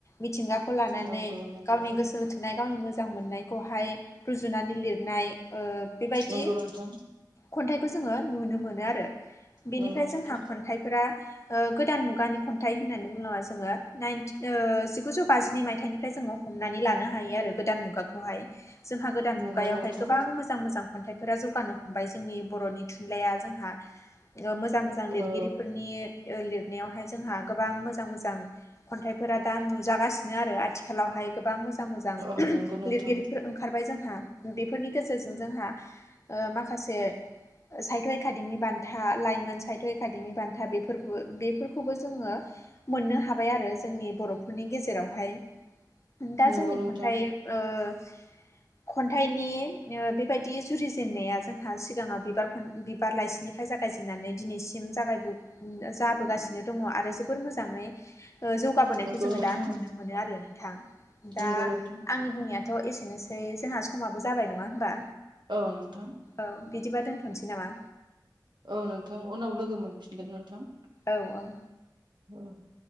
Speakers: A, on the left; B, on the right.
A: मिथिंगाखौ लानानै
B: नंगौ नंगौ
A: गावनि गोसो गावनि मोजां मोननायखौहाय रुजुनानै लिरनाय ओ बेबायदि
B: नंगौ नोंथां
A: खन्थाइखौ जोङो नुनो मोनो आरो बेनिफ्राय
B: नंगौ नोंथां
A: जोंहा खन्थाइफोरा ओ गोदान मुगानि खन्थाइ होननानै बुङोब्ला जोङो नाइन ओ जिगुजौ बाजिनै मायथाइनिफ्राय जोङो हमनानै लानो हायो आरो गोदान मुगाखौहाय। जोंहा गोदान
B: नंगौ
A: मुगायावहाय
B: नोंथां
A: गोबां मोजां मोजां खन्थाइफोरा जौगानो ओमफ्राय जोंनि बर'नि थुनलाइया जोंहा मोजां मोजां लिरगिरिफोरनि
B: औ
A: लिरनायावहाय जोंहा गोबां मोजां मोजां खन्थाइफोरा दा नुजागासिनो आरो आथिखालावहाय गोबां मोजां मोजां
B: औ नंगौ नोंथां
A: लिरगिरिफोर ओंखारबाय जोंहा बेफोरनि गेजेरजों जोंहा ओ माखासे साहित्य एकाडेमि बान था लाइमोन साहित्य एकादेमि बान्था बेफोरखोबो बेफोरखौबो जोङो मोननो हाब बाय आरो जोंनि बर'फोरनि गेजेरावहाय दा
B: नंगौ
A: जोंनि
B: नोंथां
A: खन्थाइ ओ खन्थाइनि ओ बेबायदि जुरिजेननाया जोंहा सिगाङाव बिबार खन बिबार लाइसिनि फ्राय जागायजेननानै दिनैसिम जागायबो जाबोगासिनो दङ आरो जोबोर मोजाङै जौगाबोनायखौ
B: नंगौ
A: जोङो
B: नोंथां
A: दा नुनो मोनो आरो नोंथां दा
B: नंगौ नोंथां
A: आंनि बुंनाया थ' एसेनोसै जोंहा समाबो जाबाय नङा होमबा?
B: औ नोंथां।
A: औ बिदिबा दोनथ'नोसै नामा?
B: औ नोंथां उनाव लोगो मोनफिनगोन नोंथां।
A: औ औ।
B: <unintelligible>